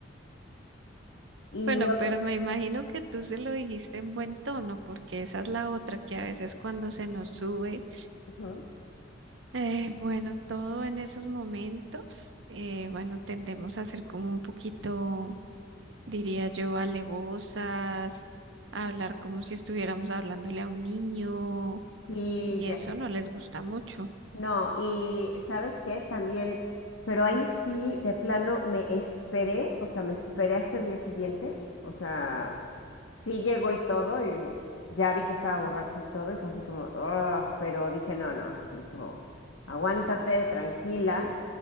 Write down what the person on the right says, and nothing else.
Bueno,
pero me imagino que tú se lo dijiste en buen tono, porque esa es la otra que a veces cuando se nos sube,
eh, bueno, todo en esos momentos, eh, bueno, tendemos a ser como un poquito, diría yo, alevosas, a hablar como si estuviéramos hablándole a un niño,
y
eso no les gusta mucho.